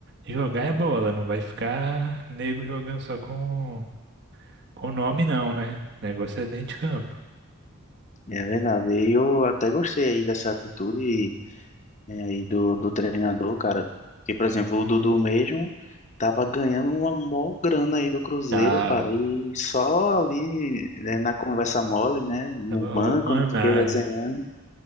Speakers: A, on the right; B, on the left.
A: jogar é bola, não vai ficar nego jogando só com, com nome não, né? O negócio é dentro de campo.
B: É verdade. E eu até gostei aí dessa atitude é, aí do, do treinador, cara. Que, por exemplo, o Dudu mesmo tava ganhando uma mó grana aí do Cruzeiro,
A: Tava,
B: cara. E só ali, né, na conversa mole, né? No
A: tava
B: banco,
A: arrumando
B: não sei
A: nada,
B: o que, resenhando.